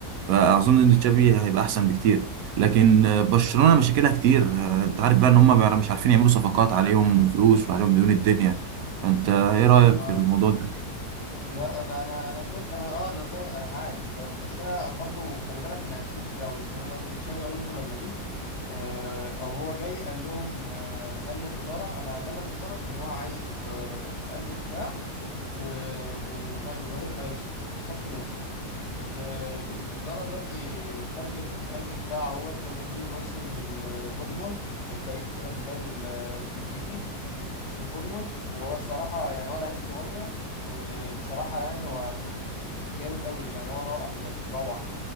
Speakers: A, on the right; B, on the left.
A: فاظن ان تشافي هيبقى احسن بكتير لكن آه، برشلونه مشاكلها كتير آه، انت عارف بقى ان هم بقى مش عارفين يعملوا صفقات عليهم فلوس وعليهم ديون الدنيا فانت ايه رايك
B: اه
A: في الموضوع ده
B: لا انا انا انا شايف انا اه انا زي انا معاك في ده بس انا برضو خلي بالك ان انشيلوتي او اسمه ايه قصدي تشابي الونزو لما جه آه، او هو جاي قال لهم آه، قال للاداره انا بلغ الاداره بان هو عايز آه، قلب دفاع و- وه- وظهير ايسر وخط نص ال- آه، الاداره دلوقتي تمت في قلب دفاع اهوت جابوا دين هويسن من آه، بورنموث كان فريق كده في الدوري ال- آه، الانجليزي اسمه بورنموث وهو الصراحه يعني هو لعيب صغير وبصراحه يعني هو جامد قوي يعني هو رائع بجد روعه